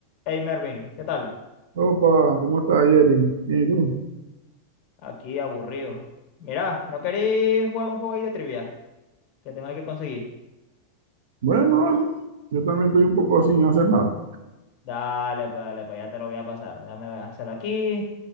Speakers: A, on the left; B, on the right.
A: Hey Mervin, ¿qué tal?
B: Opa, ¿cómo estás, Jerry? Bien, ¿y tú?
A: Aquí aburrido. Mirá, ¿no queréis jugar un juego ahí de trivia? Que tengo ahí que conseguir.
B: Bueno, vale. Yo también estoy un poco sin hacer nada.
A: Dale, pues dale, pues ya te lo voy a pasar. Dame hacer aquí.